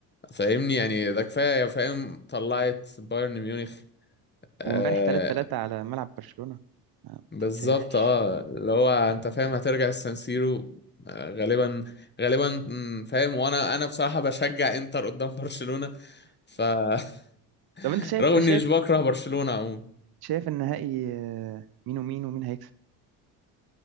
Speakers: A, on the left (about 20°); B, on the right (about 50°).
A: فاهمني يعني ده كفاية فاهم طلعت بايرن ميونخ آه،
B: وامبارح 3 3 على ملعب برشلونه ما
A: بالظبط
B: تنساهاش
A: اه اللي هو انت فاهم هترجع السانسيرو آه، غالبا غالبا مم، فاهم وانا انا بصراحة بشجع انتر قدام برشلونة فرغم
B: طب انت
A: <laughs>
B: شايف
A: اني
B: شايف
A: مش بكره برشلونة عموما
B: شايف النهائي آه، مين ومين ومين هيكسب